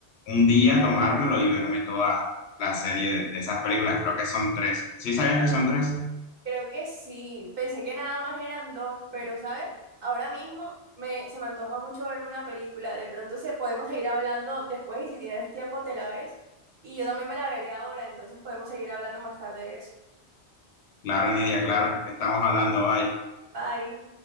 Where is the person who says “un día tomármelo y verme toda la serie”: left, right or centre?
Left